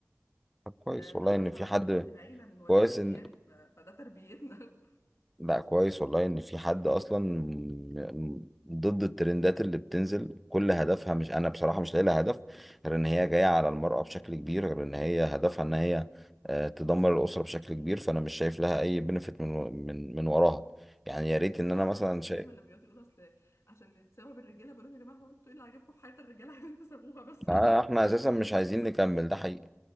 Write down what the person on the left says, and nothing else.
ده ده
حصل
عندنا
في العيله من والدتي
يعني ف... فده تربيتنا
انا
عن نفسي
دايما لما بيقعدوا يقولوا اصل عشان نتساوى بالرجاله بقول لهم يا جماعه هو انتوا ايه اللي عاجبكم في حياه الرجاله عشان تسابوها بس
<laughs> عشان ابقى
فاهمه
النقطه
<laughs>